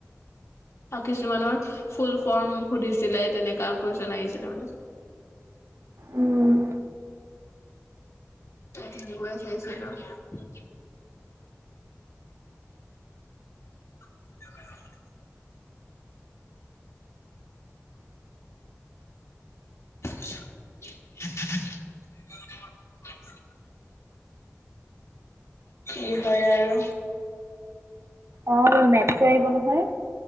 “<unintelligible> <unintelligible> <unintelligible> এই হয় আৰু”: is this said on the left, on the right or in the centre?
Left